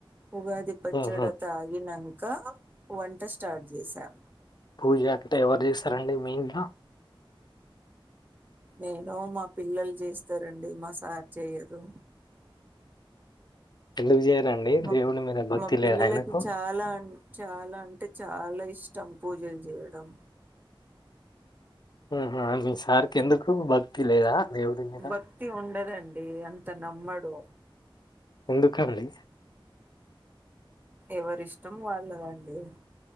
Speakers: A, on the right (about 20°); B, on the left (about 50°).
A: ఉగాది పచ్చడ
B: ఉహు
A: తాగినంక వంట స్టార్ట్ చేసాం
B: పూజ అంటే ఎవరు చేస్తారండి మీ ఇంట్లో
A: నేను మా పిల్లలు చేస్తారండి మా సార్ చేయరు
B: ఎందుకు చేయాలండి
A: మా
B: దేవుడి మీద భక్తి
A: మా పిల్లలకి
B: లేదు ఆయనకు
A: చాలా చాలా అంటే చాలా ఇష్టం పూజలు చేయడం తం
B: హ హా సార్కి ఎందుకు భక్తి లేదా దేవుడి మీద
A: భక్తి ఉండదం ండి అంత నమ్మడు
B: ఎందుకు అండి
A: ఎవరిష్టం వాళ్ళదండి